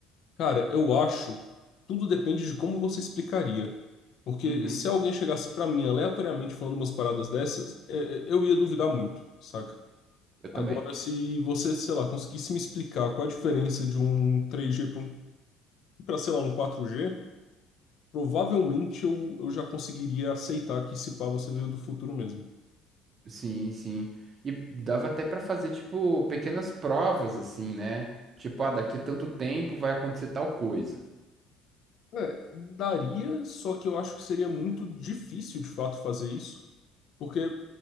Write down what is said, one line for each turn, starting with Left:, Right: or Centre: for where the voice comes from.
Left: Cara, eu acho, tudo depende de como você explicaria. Porque
Right: Uhum.
Left: se alguém chegasse pra mim aleatoriamente falando umas paradas dessas, é, é, eu ia duvidar muito, saca?
Right: Eu também.
Left: Agora, se você, sei lá, conseguisse me explicar qual a diferença de um 3G para um, pra, sei lá, um 4G, provavelmente eu, eu já conseguiria aceitar que se pá você veio do futuro mesmo.
Right: Sim, sim. E dava até pra fazer, tipo, pequenas provas, assim, né? Tipo, ah, daqui a tanto tempo vai acontecer tal coisa,
Left: É, daria, só que eu acho que seria muito difícil de fato fazer isso, porque eu